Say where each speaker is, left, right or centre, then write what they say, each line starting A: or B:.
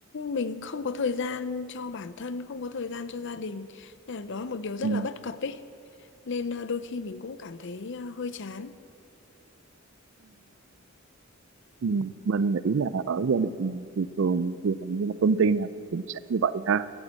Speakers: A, on the left; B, on the right.
A: mình không có thời gian cho bản thân, không có thời gian cho gia đình. Nên là đó là một điều rất
B: Ừ. ừ.
A: là bất cập ý. nên ờ, đôi khi mình cũng cảm thấy ờ, hơi chán.
B: Ừ, mình nghĩ là ở giai đoạn này thì thường thì hầu như là công ty nào cũng sẽ như vậy ha